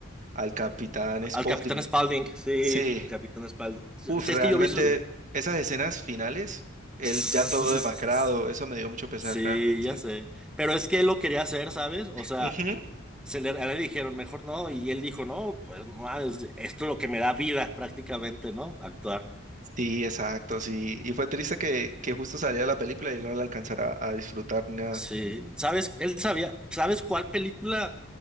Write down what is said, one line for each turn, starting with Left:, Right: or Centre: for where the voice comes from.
Right: al capitán Spaulding,
Centre: al Capitán Spaulding. Sí,
Right: Sí,
Centre: al Capitán Spaulding. Si
Right: uf, realmente
Centre: es que yo vi su...
Right: esas escenas finales, él
Centre: <laughs>
Right: ya todo demacrado, eso me dio mucho pesar
Centre: Sí,
Right: realmente.
Centre: ya sé. Pero es que él lo quería hacer, ¿sabes? O sea,
Right: Ujú,
Centre: se le, a él le dijeron, mejor no. Y él dijo, no, pues no mames, esto es lo que me da vida prácticamente, ¿no? Actuar.
Right: Sí, exacto, sí. Y fue triste que, que justo saliera la película y él no la alcanzara a disfrutar ni nada.
Centre: Sí. ¿Sabes? Él sabía. ¿Sabes cuál película?